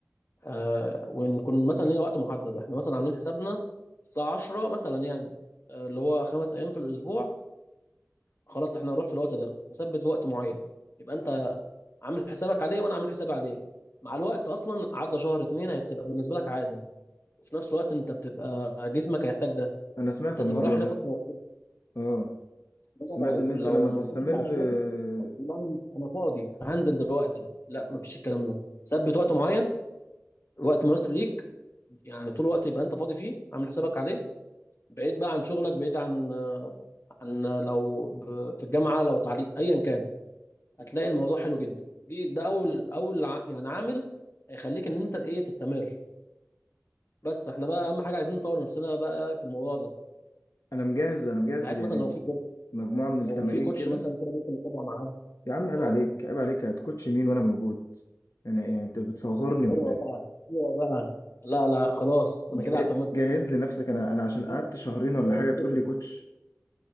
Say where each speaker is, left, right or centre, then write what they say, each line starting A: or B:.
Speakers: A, on the left; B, on the left.
A: آه ونكون مثلا لينا وقت محدد احنا مثلا عاملين حسابنا الساعة 10 مثلا يعني آه اللي هو خمس ايام في الاسبوع خلاص احنا هنروح في الوقت ده نثبت وقت معين يبقى انت عامل حسابك عليه وانا عامل حسابي عليه مع الوقت اصلا عدى شهر اتنين هتبقى بالنسبه لك عاده وفي نفس الوقت انت بتبقى جسمك هيحتاج ده
B: انا سمعت
A: انت
B: الموضوع
A: تبقى رايح
B: ده
A: هناك وأنت مبسوط
B: اه
A: إنما
B: سمعت
A: لو
B: ان انت
A: لو
B: لما
A: الموضوع
B: بتستمر
A: بشكل عشوائي
B: آه،
A: والله انا فاضي هنزل دلوقتي لا مفيش الكلام ده ثبت وقت معين وقت مناسب ليك يعني طول الوقت يبقى انت فاضي فيه عامل حسابك عليه بعيد بقى عن شغلك بعيد عن عن لو ب- في الجامعه لو تعليق ايا كان هتلاقي الموضوع حلو جدا دي ده اول اول ع- يعني عامل هيخليك ان انت ايه تستمر بس احنا بقى اهم حاجه عايزين نطور نفسنا بقى في الموضوع ده
B: انا مجهز انا مجهز
A: بحيث
B: يعني
A: مثلا لو في كوتش
B: مجموعة من التمارين
A: لو في كوتش
B: كده
A: مثلا كده ممكن نتابع معاه
B: يا عم عيب
A: اه
B: عليك عيب عليك هتكوتش مين وانا موجود يعني يعني انت بتصغرني ولا
A: ايوه
B: ايه
A: بقى ايوه بقى لا لا خلاص انا
B: جه-
A: كده اعتمدت
B: جهز لي نفسك انا انا عشان
A: كفاية-
B: قعدت شهرين
A: كفاية
B: ولا حاجه
A: الثقة.
B: تقول لي كوتش